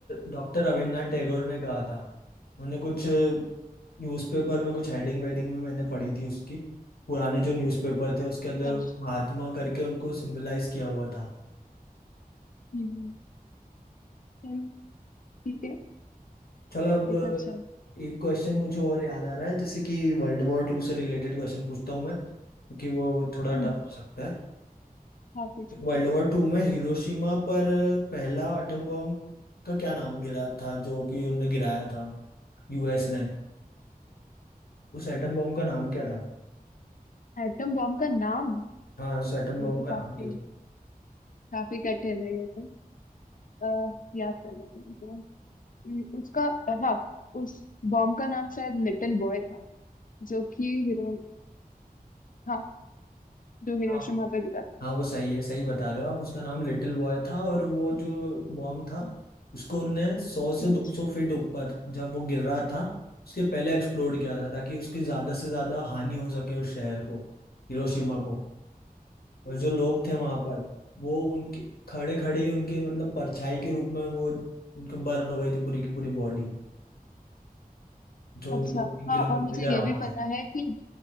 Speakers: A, on the left (about 80°); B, on the left (about 60°).
A: डॉक्टर रविन्द्रनाथ टैगोर ने कहा था उन्हें कुछ न्यूज़पेपर में कुछ हेडिंग वेडिंग भी मैंने पढ़ी थी उसकी पुराने जो न्यूज़पेपर थे उसके अंदर
B: पर-
A: महात्मा करके उनको सिंबलाइज किया हुआ था
B: हम्म हम्म, चलो ठीक है
A: चलो अब
B: ये तो अच्छा है
A: एक क्वेश्चन मुझे और याद आ रहा है जैसे कि वर्ल्ड वॉर टू से रिलेटेड क्वेश्चन पूछता हूँ मैं क्योंकि वो थोड़ा
B: हम्म
A: टफ हो सकता है
B: हाँ पूछो
A: वर्ल्ड वॉर टू में हिरोशिमा पर पहला एटम बॉम्ब का क्या नाम गिरा था जो कि उनने गिराया था यूएस ने उस एटम बॉम्ब का नाम क्या था
B: एटम बॉम्ब का नाम
A: हाँ उस एटम बॉम्ब
B: ये तो
A: का नाम
B: काफी
A: क्या था
B: काफी कठिन है ये तो आ, याद कर लेते हैं तो हम्म, उसका हाँ उस बॉम्ब का नाम शायद लिटिल बॉय था जो कि हिरो हाँ जो हिरोशिमा
A: हाँ
B: पे गिरा था
A: हाँ वो सही है सही बता रहे हो आप उसका नाम लिटिल बॉय था और वो जो बॉम्ब था उसको उनने सौ से
B: हम्म,
A: दो सौ फीट ऊपर जब वो गिर रहा था उसके पहले एक्सप्लोड किया था ताकि उसकी ज्यादा से ज्यादा हानि हो सके उस शहर को हिरोशिमा को और जो लोग थे वहां पर वो उनके खड़े खड़े ही उनके मतलब परछाई के रूप में वो उनका बर्न हो गई थी पूरी की पूरी बॉडी जो
B: अच्छा
A: दो तीन
B: हाँ
A: किलोमीटर
B: और मुझे
A: के
B: ये
A: अराउंड
B: भी पता
A: था
B: है कि